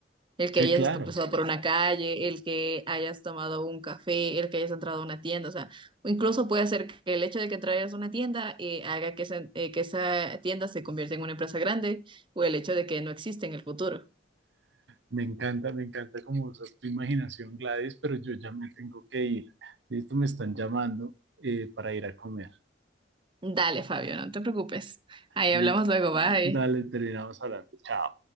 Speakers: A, on the right; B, on the right.
A: El
B: Sí,
A: que hayas
B: claro.
A: cruzado por una calle, el que hayas tomado un café, el que hayas entrado a una tienda, o sea, o incluso puede ser que el hecho de que traigas una tienda eh, haga que esa, eh, que esa tienda se convierta en una empresa grande o el hecho de que no existe en el futuro.
B: Me encanta, me encanta cómo usas tu imaginación, Gladys, pero yo ya me tengo que ir. Listo, me están llamando eh, para ir a comer.
A: Dale, Fabio, no te preocupes. Ahí
B: Listo,
A: hablamos luego, bye.
B: Dale, terminamos hablando. Chao.